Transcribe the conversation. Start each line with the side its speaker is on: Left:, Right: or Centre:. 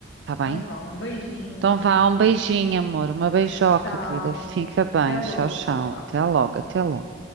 Right: Tá bem?
Left: Então vá, um beijinho.
Right: Então vá, um beijinho, amor, uma beijoca,
Left: Tchau.
Right: querida. Fica bem.
Left: Até logo.
Right: Tchau, tchau.
Left: Tchau.
Right: Até logo, até logo.